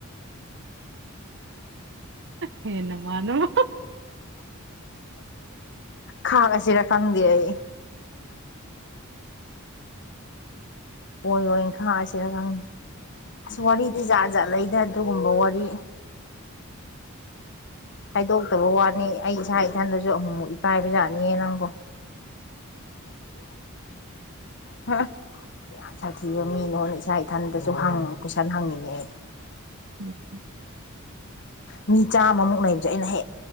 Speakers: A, on the right; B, on the left.
A: ꯍꯦꯟꯅꯃ ꯅꯃ
B: ꯈꯥꯒꯁꯤꯔ ꯈꯪꯗ ꯑꯩ ꯑꯣꯏꯔꯣꯏꯅ ꯈꯪꯔꯁꯤꯔ ꯈꯪꯗꯦ ꯑꯁ ꯋꯥꯔꯤꯗꯤ ꯖꯥꯠ ꯖꯥꯠ ꯂꯩ ꯑꯗꯨꯒꯒꯨꯝꯕ ꯋꯥꯔꯤ ꯍꯥꯏꯗꯣꯛꯇꯕ ꯋꯥꯅꯤ ꯑꯩ ꯏꯁꯥ ꯏꯊꯟꯗꯁꯨ ꯑꯃꯍꯨꯝꯃꯨꯛ ꯏꯀꯥꯏꯕꯖꯥꯠꯅꯤ ꯅꯪꯒꯣ ꯌꯥꯝ ꯌꯥꯝ ꯁꯥꯊꯤꯕ ꯃꯤꯅꯣꯅ ꯏꯆꯥ ꯏꯊꯟꯗꯁꯨ ꯍꯪꯉ ꯀ ꯏꯁꯅ ꯍꯪꯉꯤꯅꯦ ꯑꯩ
A: ꯎ
B: ꯃꯤ ꯆꯥꯝꯃꯃꯨꯛ ꯂꯩꯩꯕꯁꯦ ꯑꯩꯅ ꯍꯦꯛ